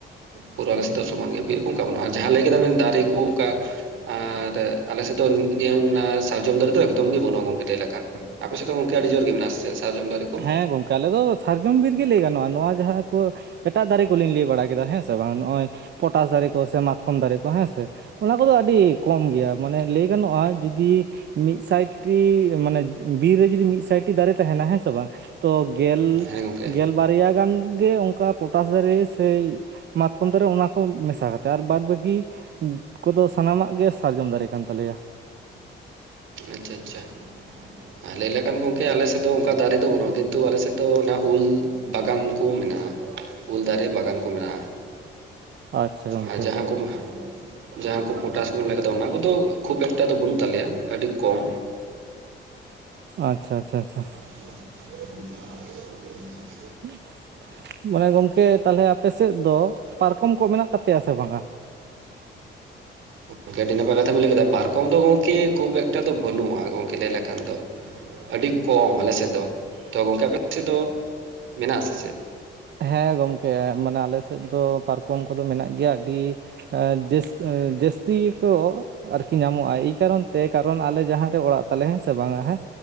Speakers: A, on the right; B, on the right.
A: ᱯᱩᱨ ᱟᱞᱮ ᱥᱮᱫ ᱫᱚ ᱥᱚᱢᱟᱱ ᱜᱮᱭᱟ ᱵᱤᱨ ᱠᱩ ᱚᱝᱠᱟ ᱵᱟᱹᱱᱩᱜ-ᱟ ᱡᱟᱦᱟᱸ ᱞᱟᱹᱭ ᱠᱮᱫᱟ ᱵᱤᱱ ᱫᱟᱨᱮ ᱠᱩ ᱚᱝᱠᱟ ᱟᱨ ᱟᱞᱮ ᱥᱮᱫ ᱫᱚ ᱱᱤᱭᱟᱹᱢ ᱢᱮᱱᱟᱜ-ᱟ ᱥᱟᱨᱡᱚᱢ ᱫᱟᱨᱮ ᱫᱚ ᱮᱠᱫᱚᱢ ᱜᱮ ᱵᱟᱹᱱᱩᱜᱼᱟ ᱜᱚᱝᱠᱮ ᱞᱟᱹᱭ ᱞᱮᱠᱷᱟᱱ᱾ ᱟᱯᱮ ᱥᱮᱫ ᱫᱚ ᱜᱚᱝᱠᱮ ᱟᱹᱰᱤ ᱡᱩᱨ ᱜᱮ ᱢᱮᱱᱟᱜ-ᱟ ᱥᱮ ᱥᱮᱜ ᱥᱟᱨᱚᱢ ᱫᱟᱨᱮ? ᱠᱚ?
B: ᱦᱮᱸ ᱜᱚᱝᱠᱮ ᱟᱞᱮ ᱫᱚ ᱥᱟᱨᱡᱚᱢ ᱵᱤᱨ ᱜᱮ ᱞᱟᱹᱭ ᱜᱟᱱᱚᱜᱼᱟ ᱱᱚᱣᱟ ᱡᱟᱦᱟᱸ ᱠᱚ᱾ ᱮᱴᱟᱜ ᱫᱟᱨᱮ ᱠᱚᱞᱤᱧ ᱞᱟᱹᱭ ᱵᱟᱲᱟ ᱠᱮᱫᱟ ᱦᱮᱸ ᱥᱮ ᱵᱟᱝ ᱱᱚᱜᱼᱚᱭ ᱯᱚᱴᱟᱥ ᱫᱟᱨᱮ ᱠᱚ ᱥᱮ ᱢᱟᱛᱠᱚᱢ ᱫᱟᱨᱮ ᱠᱚ ᱦᱮᱸ ᱥᱮ᱾ ᱚᱱᱟ ᱠᱚᱫᱚ ᱟᱹᱰᱤ ᱠᱚᱢ ᱜᱮᱭᱟ ᱢᱟᱱᱮ ᱞᱟᱹᱭ ᱜᱟᱱᱚᱜᱼᱟ ᱡᱩᱚᱫᱤ ᱢᱤᱫ ᱥᱟᱭᱴᱨᱤ ᱢᱟᱱᱮ ᱵᱤᱨ ᱨᱮ ᱡᱩᱫᱤ ᱢᱤᱫ ᱥᱟᱭᱴᱤ ᱫᱟᱨᱮ ᱛᱟᱦᱮᱱᱟ ᱦᱮᱸ ᱥᱮ ᱵᱟᱝ᱾ ᱛᱚ ᱜᱮᱞ
A: ᱦᱮᱸ ᱜᱚᱝᱠᱮ
B: ᱜᱮᱞ ᱵᱟᱨᱭᱟ ᱜᱟᱱ ᱜᱮ ᱚᱝᱠᱟ ᱯᱚᱴᱟᱥ ᱫᱟᱨᱮ ᱥᱮᱭ ᱢᱟᱛᱠᱚᱢ ᱫᱟᱨᱮ ᱚᱱᱟ ᱠᱚ ᱢᱮᱥᱟ ᱠᱟᱛᱮᱜ ᱟᱨ ᱵᱟᱫᱽ ᱵᱟᱹᱠᱤ ᱠᱚᱫᱚ ᱥᱟᱱᱟᱢᱟᱜ ᱜᱮ ᱥᱟᱨᱡᱚᱢ ᱫᱟᱨᱮ ᱠᱟᱱ ᱛᱟᱞᱮᱭᱟ᱾
A: ᱟᱪᱪᱷᱟ ᱟᱪᱪᱷᱟ᱾ ᱟᱨ ᱞᱟᱹᱭ ᱞᱮᱠᱷᱟᱱ ᱜᱚᱝᱠᱮ ᱟᱞᱮᱥᱮᱫ ᱫᱚ ᱚᱝᱠᱟ ᱫᱟᱨᱮ ᱫᱚ ᱵᱟᱹᱱᱩᱜᱼᱟ ᱠᱤᱱᱛᱩ ᱟᱞᱮᱥᱮᱫ ᱫᱚ ᱚᱱᱟ ᱩᱞ ᱵᱟᱜᱟᱱ ᱠᱚ ᱢᱮᱱᱟᱜᱼᱟ᱾ ᱩᱞ ᱫᱟᱨᱮ ᱵᱟᱜᱟᱱ ᱠᱚ ᱢᱮᱱᱟᱜᱼᱟ
B: ᱟᱪᱪᱷᱟ ᱜᱚᱢᱠᱮ
A: ᱟᱨ ᱡᱟᱦᱟᱸ ᱠᱚ ᱡᱟᱦᱟᱸ ᱠᱚ ᱯᱚᱴᱟᱥ ᱠᱚᱵᱤᱱ ᱞᱟᱹᱭ ᱠᱮᱫᱟ ᱚᱱᱟ ᱠᱚᱫᱚ ᱠᱷᱩᱵ ᱮᱠᱴᱟ ᱫᱚ ᱵᱟᱹᱱᱩᱜ ᱛᱟᱞᱮᱭᱟ ᱟᱹᱰᱤ ᱠᱚᱢ᱾
B: ᱟᱪᱪᱷᱟ ᱟᱪᱪᱷᱟ ᱟᱪᱪᱷᱟ᱾
A: <unintelligible>
B: <inaudible> ᱢᱟᱱᱮ ᱜᱚᱢᱠᱮ ᱛᱟᱦᱟᱞᱮ ᱟᱯᱮ ᱥᱮᱫ ᱫᱚ ᱯᱟᱨᱠᱚᱢ ᱠᱚ ᱢᱮᱱᱟᱜ ᱛᱟᱯᱮᱭᱟ ᱥᱮ ᱵᱟᱝᱟ?
A: ᱝᱠᱮ ᱟᱹᱰᱤ ᱱᱟᱯᱟᱭ ᱠᱟᱛᱷᱟ ᱵᱤᱱ ᱞᱟᱹᱭ ᱠᱮᱫᱟ ᱯᱟᱨᱠᱚᱢ ᱫᱚ ᱜᱚᱝᱠᱮ ᱠᱷᱩᱵ ᱮᱠᱴᱟ ᱫᱚ ᱵᱟᱹᱱᱩᱜᱼᱟ ᱜᱚᱝᱠᱮ ᱞᱟᱹᱭ ᱞᱮᱠᱷᱟᱱ ᱫᱚ᱾ ᱟᱹᱰᱤ ᱠᱚᱢ ᱟᱞᱮ ᱥᱮᱫ ᱫᱚ ᱛᱚ ᱜᱚᱝᱠᱮ ᱟᱯᱮ ᱥᱮᱫ ᱫᱚ ᱢᱮᱱᱟᱜ-ᱟ ᱥᱮ ᱪᱮᱫ?
B: ᱦᱮᱸ ᱜᱚᱢᱠᱮ ᱢᱟᱱᱮ ᱟᱞᱮ ᱥᱮᱫ ᱫᱚ ᱯᱟᱨᱠᱚᱢ ᱠᱚᱫᱚ ᱢᱮᱱᱟᱜ ᱜᱮᱭᱟ ᱟᱹᱰᱤ ᱡᱟᱹᱥ ᱡᱟᱹᱥᱛᱤ ᱜᱮ ᱠᱚ ᱟᱨᱠᱤ ᱧᱟᱢᱚᱜᱼᱟ ᱮᱭ ᱠᱟᱨᱚᱱ ᱛᱮ ᱠᱟᱨᱚᱱ ᱟᱞᱮ ᱡᱟᱦᱟᱸ ᱨᱮ ᱚᱲᱟᱜ ᱛᱟᱞᱮ ᱦᱮᱸ ᱥᱮ ᱵᱟᱝᱟ ᱦᱮᱸ᱾